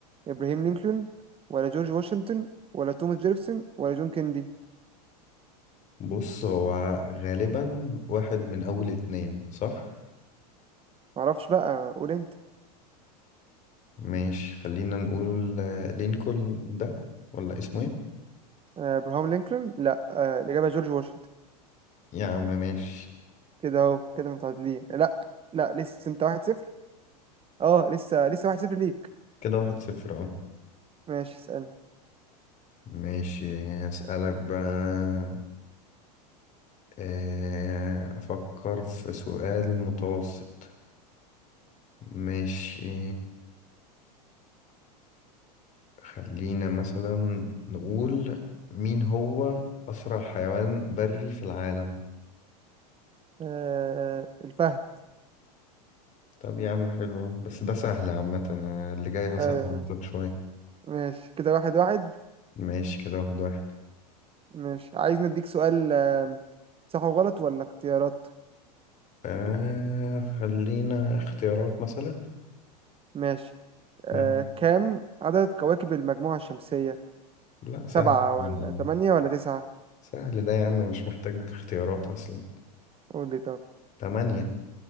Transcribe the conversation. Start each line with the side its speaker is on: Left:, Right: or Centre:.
Right: ابراهيم لينكولن ولا جورج واشنطن ولا توماس جيفرسون ولا جون كيندي
Left: بص هو غالبا واحد من أول اتنين صح؟
Right: معرفش بقى قول انت
Left: ماشي خلينا نقول آه، لينكولن ده ولا اسمه ايه؟
Right: آه ابراهام لينكولن لا آه الاجابه جورج واشنطن
Left: يا عم ماشي
Right: كده اهو كده متعادلين لا لا لسه انت واحد صفر اه لسه لسه واحد صفر ليك
Left: كده واحد صفر اه
Right: ماشي اسالني
Left: ماشي هسألك بقى آه، أفكر في سؤال متوسط ماشي خلينا مثلا نقول مين هو أسرع حيوان بري في العالم
Right: آه الفهد
Left: طب يا عم حلو أهو، بس ده سهل عامة أنا اللي جاي هصعبه
Right: آه،
Left: لك شوية
Right: ماشي كده واحد واحد
Left: ماشي كده واحد واحد
Right: ماشي عايز نديك سؤال آم، صح وغلط ولا اختيارات
Left: آه خلينا اختيارات مثلا
Right: ماشي آه
Left: مم.
Right: كام عدد كواكب المجموعة الشمسية
Left: لا سهل
Right: سبعة
Left: يا
Right: ولا
Left: عم
Right: تمانية ولا تسعة
Left: سهل ده يا عم مش محتاج اختيارات أصلا
Right: قول لي طب
Left: تمانية